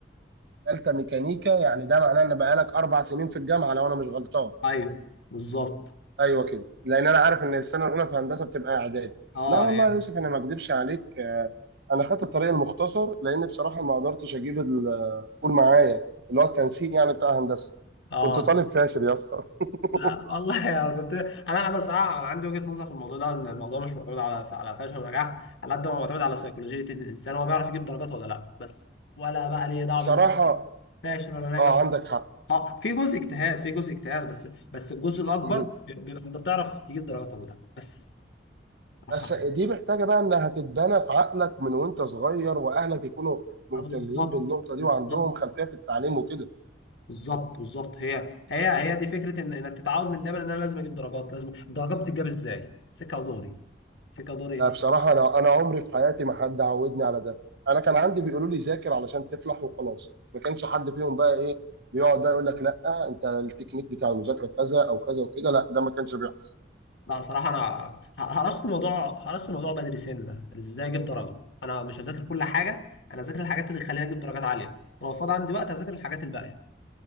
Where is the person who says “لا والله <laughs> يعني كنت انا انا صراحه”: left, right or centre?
Left